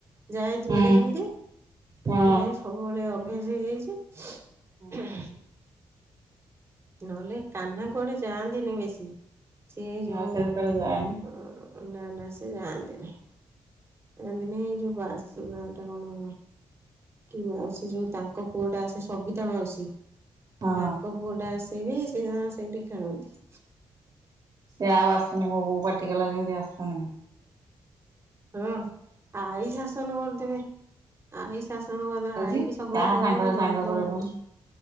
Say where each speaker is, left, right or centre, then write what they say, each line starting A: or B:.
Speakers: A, on the right; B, on the right.
A: ଯାଏ ଯୁଆଡେ
B: ହୁଁ
A: ଯେମିତି ସେଇଥିପାଇଁ
B: ହଁ।
A: ସବୁବେଳେ ଅଭ୍ୟାସ ହେଇଯାଇଛି।
B: ହୁଁ
A: ନହେଲେ କାହ୍ନା କୁଆଡ଼େ ଯାଆନ୍ତିନି ବେଶୀ ସେ ଯୋଉ
B: ଆଉ ସେ କୁଆଡେ ଯାଏନି
A: ନା ନା ସେ ଜାଆନ୍ତିନି। ଜାନ୍ତିନି ହେ ଯୋଉ ବାସ୍ନା ଟା କଣ କି ମାଉସୀ ଯୋଉ ତାଙ୍କ ପୁଅ ଟା ଆସେ ସବିତା ମାଉସୀ
B: ହଁ।
A: ତାଙ୍କ ପୁଅଟା ଆସେ ବି ସେରା ସେଇଠି ଖେଳନ୍ତି।
B: ସେ ଆଉ ଆସୁନି ମୋ ବୋଉ ପାଟି କଲା ଯେମିତି ଆସୁନି।
A: ହଁ ଆଇ ଶାସନ କରିଦେବେ ଆଇ ଶାସନ କରିଦ
B: ଯାଉଛି
A: ଆଇକି ସବୁବେଳେ
B: କାହା
A: କହିବ
B: ସାଙ୍ଗରେ
A: ଏଇ
B: ସାଙ୍ଗ
A: ନନ୍ଦ
B: କରେ
A: ଭତ
B: କଣ